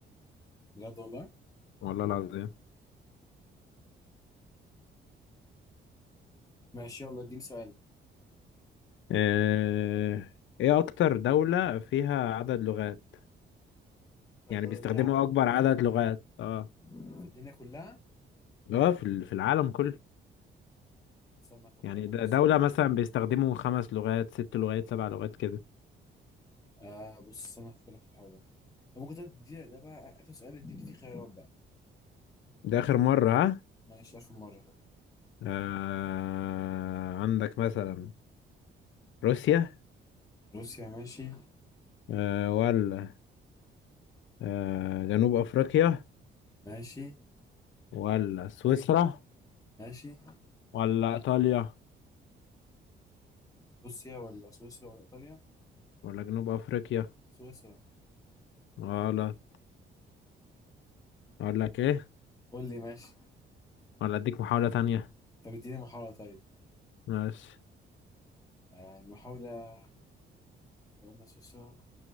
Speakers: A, on the left (about 15°); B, on the left (about 75°).
A: بجد والله
B: والله العظيم
A: ماشي يلا اديني سؤال
B: آه، إيه أكتر دولة فيها عدد لغات
A: اكتر
B: يعني
A: دولة
B: بيستخدموا
A: ليها عدد لغات
B: أكبر عدد لغات اه
A: في الدنيا كلها
B: اه في ال- في العالم كله
A: استنى افكر
B: يعني
A: لك
B: ده
A: في السؤال
B: دولة
A: ده
B: مثلا بيستخدموا خمس لغات ست لغات سبع لغات كده
A: آه بص استنى افكر لك في الحوار ده طب ممكن تدي ده بقى اخر سؤال اديني فيه خيارات بقى
B: ده آخر مرة ها
A: ماشي اخر مرة
B: آه عندك مثلا روسيا
A: روسيا ماشي
B: آه ولا آه جنوب أفريقيا
A: ماشي
B: ولا سويسرا
A: ماشي
B: ولا إيطاليا
A: روسيا ولا سويسرا ولا ايطاليا
B: ولا جنوب أفريقيا
A: سويسرا
B: ولا أقول لك إيه
A: قول لي ماشي
B: ولا أديك محاولة تانية
A: طب اديني محاولة طيب
B: ماشي
A: آه المحاولة لو قلنا سويسرا